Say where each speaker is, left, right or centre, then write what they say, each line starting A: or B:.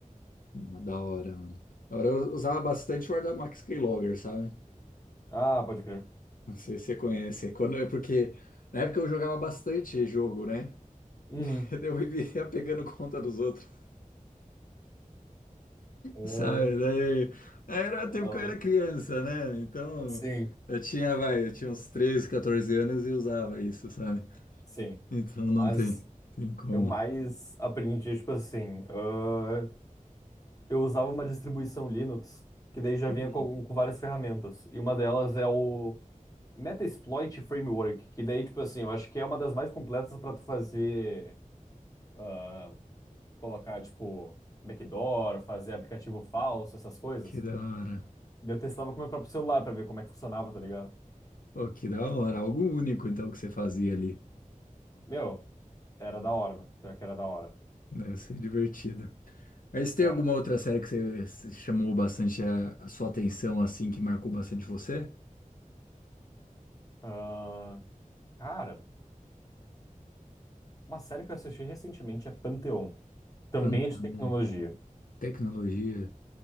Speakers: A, on the left (about 80°); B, on the left (about 25°).
A: da hora, mano. Da hora eu usava bastante o Ardamax Keylogger, sabe?
B: Ah, pode crer.
A: Não sei se você conhece. Quando é porque na época eu jogava bastante jogo, né? <laughs>
B: Uhum.
A: Eu vivia pegando conta dos outros.
B: Ah,
A: Sabe, daí era o
B: tá
A: tempo
B: louco.
A: que eu era criança, né? Então
B: Sim,
A: eu tinha, vai, eu tinha uns 13 14 anos e usava isso, sabe?
B: Sim,
A: Então não
B: mas
A: tem, tem como.
B: eu mais aprendi, tipo assim, ah, eu usava uma distribuição Linux que daí já
A: Hum.
B: vinha com, com várias ferramentas, e uma delas é o Metasploit Framework, que daí, tipo assim, eu acho que é uma das mais completas para tu fazer ah, colocar, tipo, backdoor, fazer aplicativo falso, essas coisas.
A: Que da hora.
B: Daí Eu testava com o meu próprio celular pra ver como é que funcionava, tá ligado?
A: Pô, que da hora, algo único então que você fazia ali.
B: Meu, era da hora, mano. Pior que era da hora.
A: Deve ser divertido. Mas tem
B: Era.
A: alguma outra série que você se chamou bastante a, a sua atenção, assim, que marcou bastante você?
B: Ah, cara, uma série que eu assisti recentemente é Pantheon. Também
A: Pantheon,
B: é de tecnologia.
A: tecnologia,